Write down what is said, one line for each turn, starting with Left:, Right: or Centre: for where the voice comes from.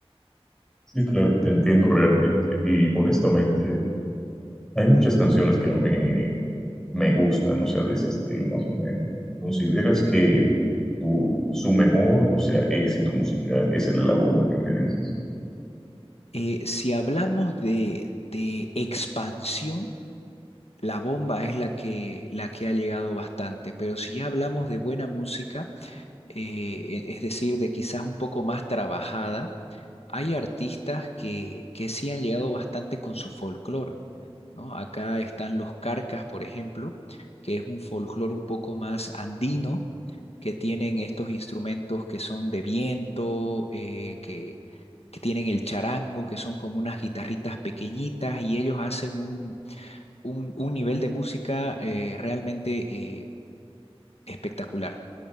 Centre: Sí, claro, te entiendo realmente. Y honestamente, hay muchas canciones que a mí me gustan, o sea, de ese estilo más o menos. ¿Consideras que tu, su mejor, o sea, éxito musical es el de la bomba que me dices?
Left: Eh, si hablamos de, de expansión, la bomba es la que, la que ha llegado bastante, pero si ya hablamos de buena música, eh, e- es decir, de quizás un poco más trabajada, hay artistas que, que sí han llegado bastante con su folclore. ¿no? Acá están los carcas, por ejemplo, que es un folclore un poco más andino, que tienen estos instrumentos que son de viento, eh, que, que tienen el charango, que son como unas guitarritas pequeñitas, y ellos hacen un, un- un nivel de música eh, realmente eh, espectacular